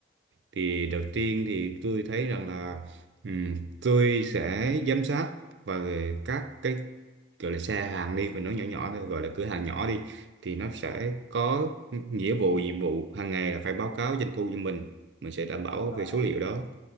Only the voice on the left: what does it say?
Ừ,
đúng rồi,